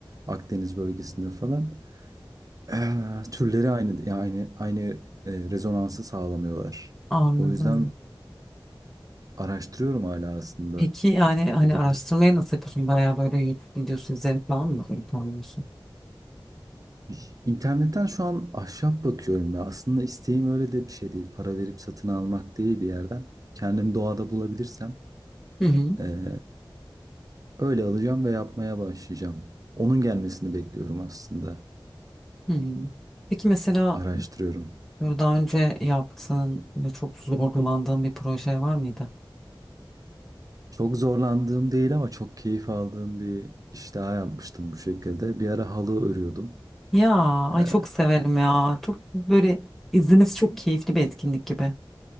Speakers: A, on the right; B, in the centre.
A: Akdeniz bölgesinde falan. Eee, türleri aynı yani aynı e, rezonansı sağlamıyorlar.
B: Anladım.
A: O yüzden araştırıyorum hala aslında
B: Peki yani hani
A: olabilirsem.
B: araştırmayı nasıl yapıyorsun? Bayağı böyle YouTube videosu izleyerek falan mı yapıyorsun?
A: İş- İnternetten şu an ahşap bakıyorum ya. Aslında isteğim öyle de bir şey değil. Para verip satın almak değil bir yerden. Kendim doğada bulabilirsem
B: Hı hı.
A: eee, öyle alacağım ve yapmaya başlayacağım. Onun gelmesini bekliyorum aslında.
B: Hı hı. Peki mesela
A: Araştırıyorum.
B: böyle daha önce yaptığın ve çok zorlandığın bir proje var mıydı?
A: Çok zorlandığım değil ama çok keyif aldığım bir iş daha yapmıştım bu şekilde. Bir ara halı örüyordum.
B: Ya ay
A: Eee,
B: çok severim ya. Çok böyle izniniz çok keyifli bir etkinlik gibi.